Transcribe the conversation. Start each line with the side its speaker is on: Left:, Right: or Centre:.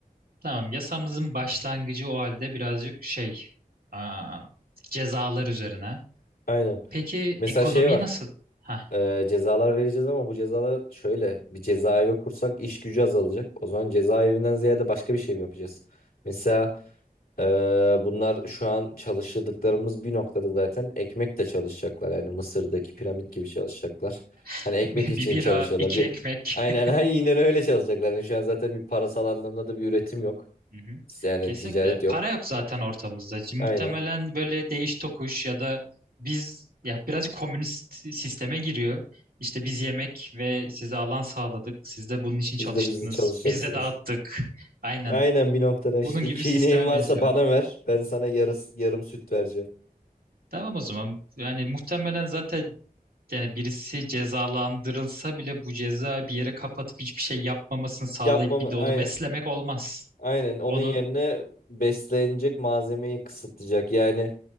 Right: Tamam. Yasamızın başlangıcı o halde birazcık şey, aa, cezalar üzerine.
Left: Aynen.
Right: Peki
Left: Mesela
Right: ekonomiyi
Left: şey var.
Right: nasıl? Ha,
Left: Ee, cezalar vereceğiz ama bu cezalar şöyle bir cezaevi kursak iş gücü azalacak. O zaman cezaevinden ziyade başka bir şey mi yapacağız? Mesela ee, bunlar şu an çalıştırdıklarımız bir noktada zaten ekmekle çalışacaklar. Yani Mısır'daki piramit gibi çalışacaklar.
Right: <laughs>
Left: Hani ekmek
Right: bir
Left: için
Right: bira,
Left: çalışıyorlar.
Right: iki
Left: Bir
Right: ekmek.
Left: aynen <laughs> aynen öyle çalışacaklar. Yani şu an zaten bir parasal anlamda da bir üretim yok.
Right: Hı hı.
Left: Yani
Right: Kesinlikle.
Left: ticaret yok.
Right: Para yok zaten ortamızda. C- Muhtemelen
Left: Aynen.
Right: böyle değiş tokuş ya da biz ya birazcık komünist sisteme giriyor. İşte biz yemek ve size alan sağladık. Siz de bunun için
Left: Siz
Right: çalıştınız.
Left: de bizi çalışacaksınız.
Right: Biz de dağıttık. Aynen.
Left: Aynen bir noktada işte
Right: Bunun
Left: iki
Right: gibi bir sisteme
Left: ineğin varsa
Right: benziyor.
Left: bana ver. Ben sana yarıs yarım süt vereceğim.
Right: Tamam o zaman. Yani muhtemelen zaten yani birisi cezalandırılsa bile bu ceza bir yere kapatıp hiçbir şey yapmamasını sağlayıp
Left: Yapmam
Right: bir de
Left: aynen.
Right: onu beslemek olmaz.
Left: Aynen onun
Right: Onu
Left: yerine beslenecek malzemeyi kısıtlayacak. Yani